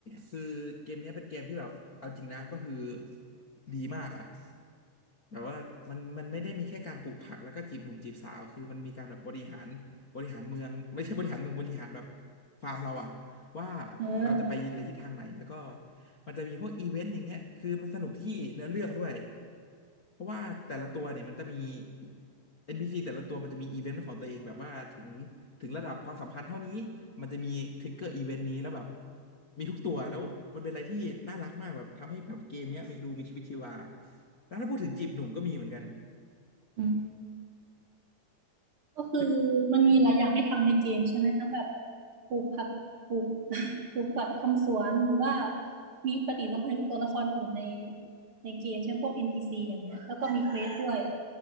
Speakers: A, on the left (about 35°); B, on the right (about 40°).
A: คือเกมเนี้ยเป็นเกมที่แบบเอาจริงนะก็คือดีมากอ่ะแบบว่ามันมันไม่ได้มีแค่การปลูกผักแล้วก็จีบหนุ่มจีบสาวคือมันมีการแบบบริหารบริหารเมืองไม่ใช่บริหารเมืองบริหารแบบฟาร์มเราอ่ะ ว่า
B: เออ
A: เราจะไปในทิศทางไหนแล้วก็มันจะมีพวกอีเวนต์อย่างเงี้ยคือมันสนุกที่เนื้อเรื่องด้วยเพราะว่าแต่ละตัวเนี่ยมันจะมี NPC แต่ละตัวมันจะมีอีเวนต์ของตัวเองแบบว่าถึงถึงระดับความสัมพันธ์เท่านี้มันจะมีทริกเกอร์อีเวนต์นี้แล้วแบบมีทุกตัวแล้วมันเป็นอะไรที่น่ารักมากแบบทำให้แบบเกมเนี้ยมีดูมีชีวิตชีวาแล้วถ้าพูดถึงจีบหนุ่มก็มีเหมือนกัน
B: อืม ก็คือ
A: คือ
B: มันมีหลายอย่างให้ทำในเกมใช่ไหมทั้งแบบปลูกผักปลูก <laughs> ปลูกผักทำสวนหรือว่ามีปฏิสัมพันธ์กับตัวละครอื่นในในเกมเช่นพวก NPC อนพีซีอย่างเงี้ยแล้วก็มีเควสด้วย